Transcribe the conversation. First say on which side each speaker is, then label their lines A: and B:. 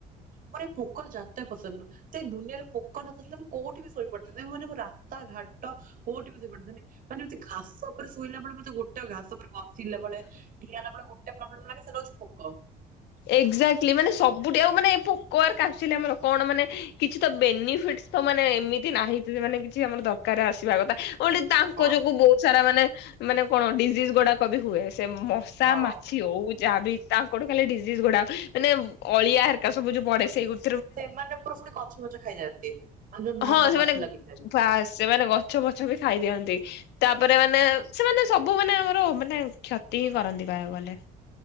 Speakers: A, on the right; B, on the left.
A: ମୋର ଏ ପୋକଲ ଜାତ ପସନ୍ଦୁ ସେଇ ଦୁନିଆରେ ପୋକ ନଥିଲା ମୁଁ କୋଉଠି ଶୋଇ ପାରୁଥାନ୍ତା ମାନେ ମ ରାସ୍ତା ଘାଟ କୋଉଠି ବିଝ ପି ମାନେିତି ଘାସ ଉପରେ ଶୋଇଲା ବେଳେ ମତେ ଗୋଟେ ଘାସ ଉପରେ ବସ ସିଲା ବଳେ ଠିଆ ହେଲା ବଳେ ଗୋଟେ ପ୍ରୋବ୍ଲେ ଲାଗେ ସେଇଟା ହଉଛି ପୋକ
B: ଏକ୍ଜାକ୍ଟଲି ମାନେ ସବୁଠ ଆଉ ମାନେ ପୋକ କାପୁ ଆମର କଣ ମାନେ କିଛି ତ ବେନିଫିଟ। ମାନେ ଏମିତି ନାହିଁ ମାନେ କିଛି ଆମର ଦରକାରରେ ଆସିବା କଥା। ଓଠ ତାଙ୍କ
A: ହଁ
B: ଯୋଗୁ ବହୁତ ସାରା ମାନେ ମାନେ କଣ ଡିଜିଜ ଗୁଡାକ ବି ହୁଏ ସେ ମଶା
A: ହଁ।
B: ମାଛି ହଉ ଯାହାବି ତାଙ୍କଠୁ ଖାଲିଡି। ଗୁଡା ମାନେ ଅଳିଆ ଏରକା ସବୁ ଯୋଉ ପଡେ ସେଇ ଗୋଟେ
A: ସେମାନେ ଉପରୁ ପୁଣି ଗଛ ପଛ ଖାଇଯାଆନ୍ତି। ନୂଆ
B: ହଁ
A: ନୂଆ
B: ସେମାନେ
A: ଗଛ ଲାଗିଥାଏ।
B: ବା ସେମାନେ ଗଛ ଫଛ ବି ଖାଇ ଦିଅନ୍ତି ତାପରେ ମାନେ ସେମାନେ ସବୁ ମାନେ ଆମର ମାନେ କ୍ଷତି ହିଁ କରନ୍ତି ବାହ ଗଲେ